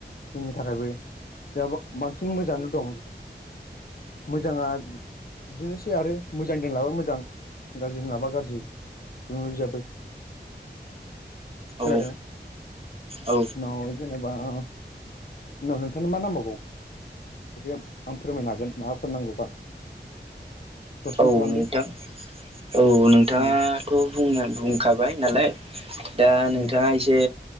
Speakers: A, on the left; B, on the right.
A: जोंनि थाखायबो, दा बा बांसिन मोजाङानो दङ। मोजाङा बिदिनोसै आरो मोजांजों लाबा मोजां गाज्रिजों लाबा गाज्रि टेक्नोलजीआबो। खोनादों?
B: औ औ
A: उनाव जेनेबा उनाव नोंथांनो मा नांबावगौ एसे आं फोरमायनो हागोन। माबाफोर नांगौबा! प्रसन'
B: औ
A: खालामदो
B: नोंथां, औ नोंथाङाथ'
A: उम
B: बुंना बुंखाबाय नालाय दा नोंथाङा
A: उम
B: एसे